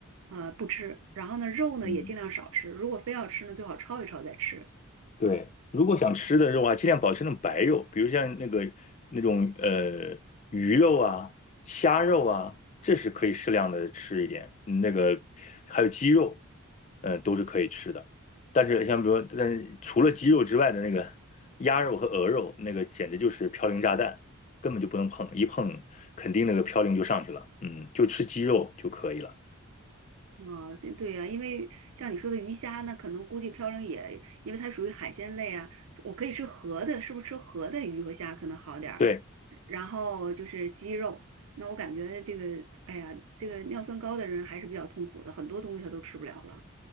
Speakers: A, on the right; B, on the left.
A: 呃，不吃。然后呢，肉呢也尽量少吃。
B: 嗯，
A: 如果非要吃呢，最好焯一焯再吃。
B: 对，如果想吃的肉啊，尽量保持那种白肉，比如像那个那种呃鱼肉啊、虾肉啊，这是可以适量的吃一点。嗯那个还有鸡肉，嗯、都是可以吃的。但是像比如说但是除了鸡肉之外的那个鸭肉和鹅肉，那个简直就是嘌呤炸弹，根本就不能碰，一碰肯定那个嘌呤就上去了。嗯，就吃鸡肉就可以了。
A: 啊、对对呀、因为像你说的鱼虾呢，可能估计嘌呤也，因为它属于海鲜类啊，我可以吃河的，是不是吃河的鱼和虾可能好点儿？
B: 对，
A: 然后就是鸡肉，那我感觉这个，哎呀，这个尿酸高的人还是比较痛苦的，很多东西他都吃不了了。